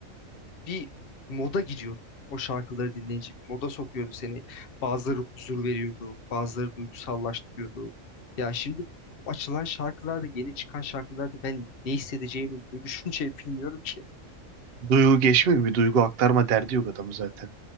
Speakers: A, on the left; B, on the right.
A: bir moda giriyordu. O şarkıları dinleyince bir moda sokuyordu seni. Bazıları huzur veriyordu, bazıları duygusallaştırıyordu. Ya şimdi bu açılan şarkılarda, yeni çıkan şarkılarda ben ne hissedeceğimi, ne düşüneceğimi bilmiyorum ki.
B: Duygu geçmiyor gibi bir duygu aktarma derdi yok adamı zaten.